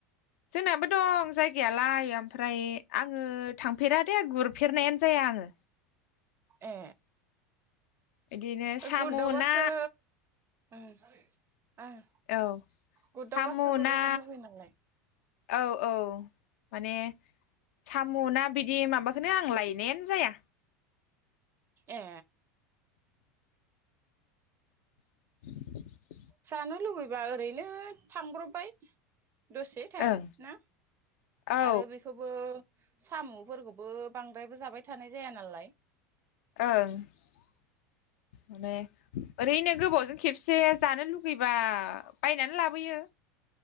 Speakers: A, on the left; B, on the right.
A: जोंनाबो दं जायगायालाय ओमफ्राय आङो थांफेर ए गुरफेरनायानो जाया आङो।
B: ए
A: बिदिनो साम'
B: गुरदावबासो
A: ना
B: उम ओं
A: औ
B: गुरदावबासो
A: सामु',
B: गुरबाय
A: ना
B: थानो लुबैयो नालाय
A: औ औ माने सामु', ना बिदि माबा बेखौनो आं लायनायानो जाया।
B: ए।
A: <inaudible>
B: जानो लुबैबा ओरैनो थांब्रब दसे टाइम
A: ओं
B: ना
A: औ
B: आरो बेखौबो साम'फोरखौबो बांद्रायबो जाबाय थानाय जाया नालाय
A: ओं माने ओरैनो गोबावजों खेबसे। एसे जानो लुुबैबा बायनानै ला बोयो।